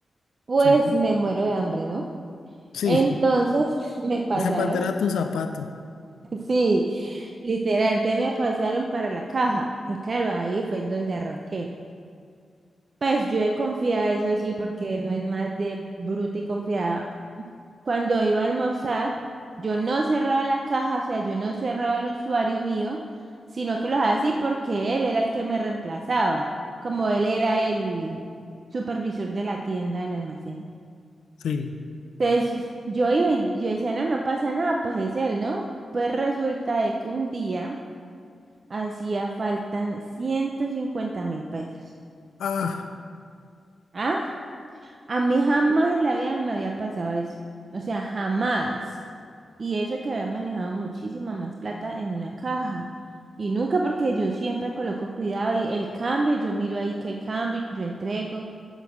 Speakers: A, on the right; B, on the left.
A: pues
B: sí,
A: me muero de hambre, ¿no?
B: sí.
A: Entonces <laughs> me
B: <laughs>
A: pasaron.
B: Zapatera tu zapato.
A: Sí, literal, entonces me pasaron para la caja. Y claro, ahí fue donde arranqué. Pues yo he confiado, eso sí, porque no es más de bruta y confiada. Cuando iba a almorzar, yo no cerraba la caja, o sea, yo no cerraba el usuario mío, sino que lo hacía así porque él era el que me reemplazaba, como él era el supervisor de la tienda, del almacén.
B: Sí.
A: Entonces yo iba y yo decía, no, no pasa nada, pues es él, ¿no? Pues resulta de que un día... Hacía faltan ciento cincuenta mil pesos.
B: Ah,
A: ¿Ah? A mí jamás en la vida me había pasado eso. O sea, jamás. Y eso que había manejado muchísima más plata en una caja. Y nunca porque yo siempre coloco cuidado y el cambio, yo miro ahí qué cambio, yo entrego.